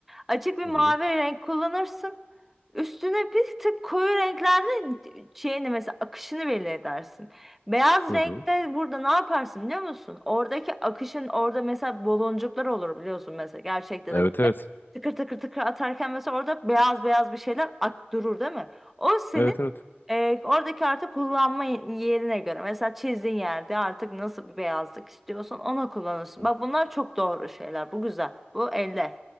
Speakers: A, in the centre; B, on the left.
A: Açık bir
B: Hı
A: mavi
B: hı.
A: renk kullanırsın. Üstüne bir tık koyu renklerle şeyini mesela akışını belli edersin. Beyaz
B: Hı
A: renkte
B: hı.
A: burada ne yaparsın biliyor musun? Oradaki akışın orada mesela baloncuklar olur biliyorsun mesela. Gerçekte
B: Evet
A: de böyle
B: evet.
A: tıkır tıkır tıkır atarken mesela orada beyaz beyaz bir şeyler ak durur değil mi? O senin
B: Evet evet.
A: e, oradaki artık kullanma yerine göre. Mesela çizdiğin yerde artık nasıl bir beyazlık istiyorsan ona kullanırsın.
B: Hı hı.
A: Bak bunlar çok doğru şeyler. Bu güzel. Bu eller.